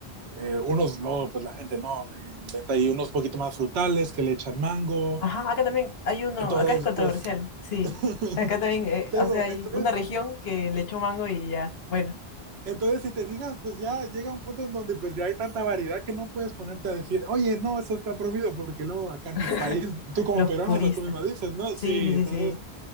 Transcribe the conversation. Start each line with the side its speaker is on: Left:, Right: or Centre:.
Right: Eh, unos, luego, pues la gente no, eh, inventa ahí unos poquito más frutales que le echan mango.
Left: Ajá, acá también hay uno,
Right: Entonces,
Left: acá es controversial,
Right: pues,
Left: sí.
Right: <laughs>
Left: Acá también, eh,
Right: te
Left: o
Right: digo,
Left: sea, hay
Right: entonces,
Left: una región que le echó mango y ya, bueno,
Right: entonces si te fijas, pues ya llega un punto en donde pues ya hay tanta variedad que no puedes ponerte a decir, oye, no, eso está prohibido, porque luego acá en
Left: <laughs>
Right: mi país, tú como
Left: los
Right: peruano,
Left: puristas.
Right: hasta tú misma dices, ¿no?
Left: Sí,
Right: Sí,
Left: sí, sí,
Right: entonces,
Left: sí,